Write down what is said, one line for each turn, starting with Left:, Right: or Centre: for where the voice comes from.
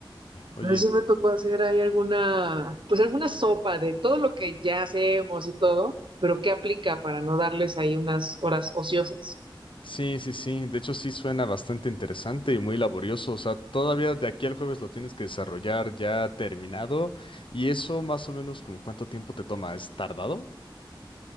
Right: Entonces
Left: oye, eso-
Right: sí me tocó hacer ahí alguna, pues alguna sopa de todo lo que ya hacemos y todo, pero qué aplica para no darles ahí unas horas ociosas.
Left: sí, sí, sí, de hecho sí suena bastante interesante y muy laborioso, o sea, todavía de aquí al jueves lo tienes que desarrollar ya terminado y eso más o menos como cuánto tiempo te toma, ¿es tardado?